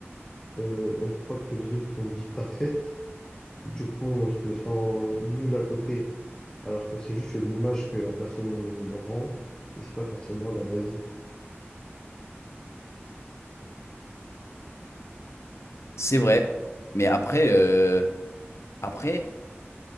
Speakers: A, on the left; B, on the left.
A: Euh, on croit que les autres ont une vie parfaite. Du coup, on se sent nul à côté, alors que c'est juste une image que la personne rend et c'est pas forcément la vraie vie.
B: C'est vrai, mais après, euh, après.